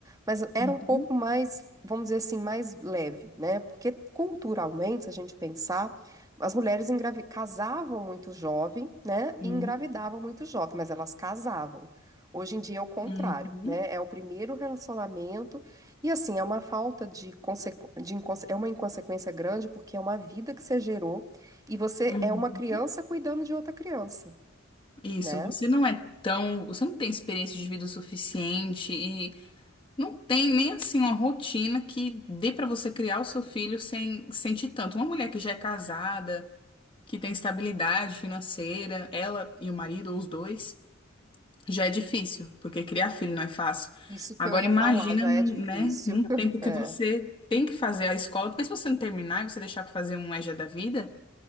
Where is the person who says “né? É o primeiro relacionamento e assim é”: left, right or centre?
Right